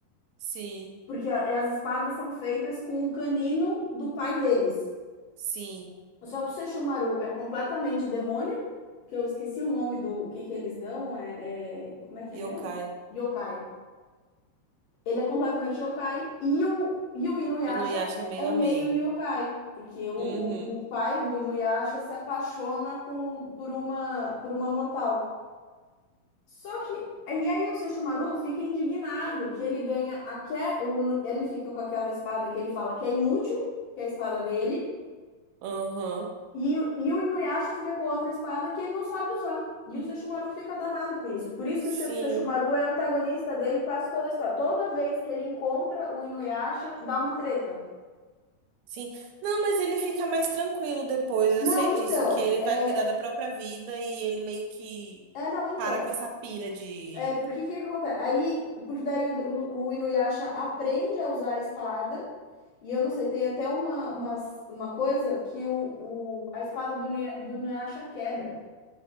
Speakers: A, on the right; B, on the left.
A: Sim.
B: Porque a- as espadas são feitas com o canino do pai deles.
A: Sim.
B: Só que o Sesshomaru é completamente demônio, que eu esqueci o nome do o que que eles dão, é, é- como é que é mesmo?
A: Yokai.
B: Yokai. Ele é completamente yokai e o, e o Inuyasha
A: Inuyasha é meio
B: é meio
A: a meio.
B: yokai, porque o, o,
A: Uhum.
B: o pai do Inuyasha se apaixona com, por uma, por uma mortal. Só que e aí o Sesshomaru fica indignado que ele ganha a que o Nu- ele fica com aquela espada que ele fala que é inútil, que é a espada dele,
A: Aham.
B: e, o- e o Inuyasha fica com a outra espada que ele não sabe usar. E o Sesshomaru fica danado com isso. Por isso
A: Sim.
B: que o She- Sesshomaru é antagonista dele quase toda a história. Toda vez que ele encontra o Inuyasha, dá uma treta.
A: Sim. Não, mas ele fica mais tranquilo depois. Eu
B: Não,
A: sei
B: então,
A: disso, que ele
B: é,
A: vai cuidar da própria vida e ele meio que
B: é não, então,
A: para com essa pira de.
B: É, porque que que acontece? Aí, porque daí o, o, o Inuyasha aprende a usar a espada, e eu não sei, tem até uma, uma, uma coisa que o, o, a espada do, Inuya- do Inuyasha quebra.